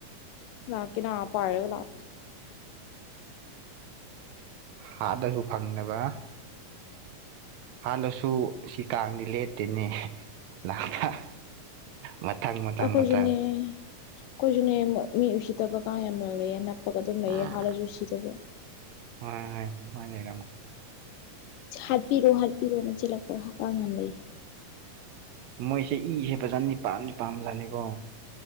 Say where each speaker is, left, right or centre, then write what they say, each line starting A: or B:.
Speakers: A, on the left; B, on the right.
A: ꯂꯥꯛꯀꯦ ꯅꯥ ꯄꯥꯏꯔꯒ ꯂꯥꯛꯀꯦ
B: ꯍꯔꯗꯁꯨ ꯐꯪꯗꯅꯕ <unintelligible> ꯍꯥꯠꯂꯁꯨ ꯁꯤ ꯀꯥꯡꯗꯤ ꯂꯦꯇꯦꯅꯦ ꯂꯥꯛꯄ ꯃꯊꯪ ꯃꯊꯪ
A: ꯑꯩꯈꯣꯏꯁꯨꯅꯦ
B: ꯃꯊꯪ
A: ꯑꯩꯈꯣꯏꯁꯨꯅꯦ ꯃꯤ ꯎꯁꯤꯠꯇꯕ ꯀꯥꯡ ꯌꯥꯝꯅ ꯂꯩꯌꯦꯅ ꯑꯗꯨꯝ
B: ꯎꯝ
A: ꯂꯩꯌꯦ ꯍꯥꯠꯂꯁꯨ ꯁꯤꯗꯕ
B: ꯍꯣꯏ ꯍꯣꯏ ꯃꯥꯃꯥꯏ ꯂꯩꯔꯝꯒ <unintelligible>
A: ꯍꯥꯠꯄꯤꯔꯣ ꯍꯥꯠꯄꯤꯔꯣꯅ ꯆꯤꯂꯛꯄ ꯀꯥꯡ ꯌꯥꯝ ꯂꯩ
B: ꯃꯣꯏꯁꯦ ꯏꯁꯦ ꯐꯖꯥꯠꯅꯤ ꯄꯥꯝꯅꯤ ꯄꯥꯝ ꯖꯥꯠꯅꯤꯀꯣ